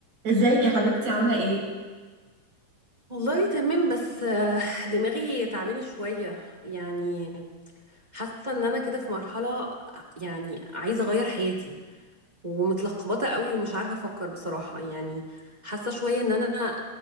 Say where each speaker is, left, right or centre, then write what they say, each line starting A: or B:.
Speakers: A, on the right (about 80°); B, on the right (about 25°).
A: ازيك يا حبيبتي عاملة ايه؟
B: والله تمام بس آه، دماغي تعباني شوية يعني حاسة ان انا كده في مرحلة يعني عايزة اغير حياتي ومتلخبطة قوي ومش عارفة افكر بصراحة يعني حاسة شوية ان انا